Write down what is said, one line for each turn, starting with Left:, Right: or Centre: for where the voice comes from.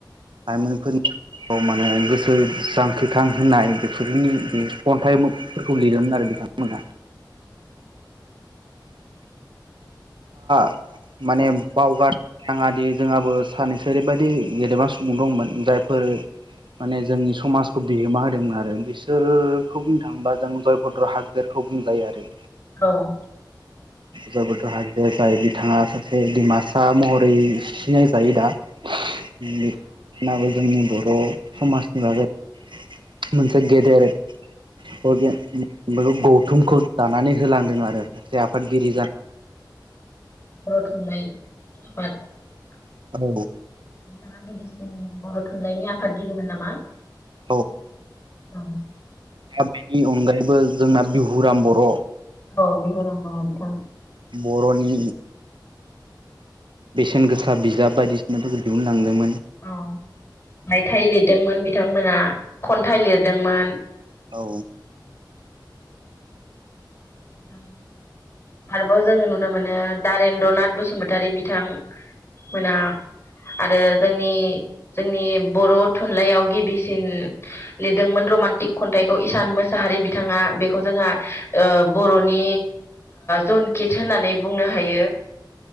Right: लाइमोनफोरनि <unintelligible> माने गोसो जांख्रिखां होनाय बेफोरनि बे खन्थाइफोरखौ लिरोमोन आरो बिथांमोन मोना <unintelligible> माने बावगार नाङादि जोंहाबो सानैनैसो ओरैबायदि गेलेदेमा सुबु सुबुं दंमोन जायफोर माने जोंनि समाजखौ बिहोमा होदोंमोन आरो बिसोरखौ बुंनो थाङोबा जों जयभद्र हागजेरखौ बुंजायो आरो।
Left: औ
Right: जयभद्र हागजेर जाय बिथाङा सासे डिमासा महरै सिनाय जायो दा। <unintelligible> मोनाबो जोंनि बर' समाजनि बागै मोनसे गेदेर <unintelligible> गौथुमखौ दानानै होलांदों आरो सासे आफादगिरि जान
Left: <unintelligible>
Right: औ
Left: बिथाङा गिबिसिन बर' थुनलाइनि आफादगिरिमोन नामा?
Right: औ।
Left: ओं
Right: दा बेनि अनगायैबो जोंना बिहुराम बर'
Left: औ बिहुराम बर' बिथां
Right: बर'नि बेसेन गोसा बिजाब बायदिसिनाफोरखौ दिहुनलांदोंमोन।
Left: औ रायथाइ लिरदोंमोन बिथांमोना खन्थाइ लिरदोंमोन
Right: औ
Left: <inaudible> आरोबाव जोङो नुनो मोनो दारेन्द्रनाथ बसुमतारि बिथां मोना आरो जोंनि जोंनि बर' थुनलाइयाव गिबिसिन लिरदोंमोन रमान्टिक खन्थाइखौ इसान मोसाहारि बिथाङा बेखौ जोंहा ओ बर'नि जनकोत्स होननानै बुंनो हायो।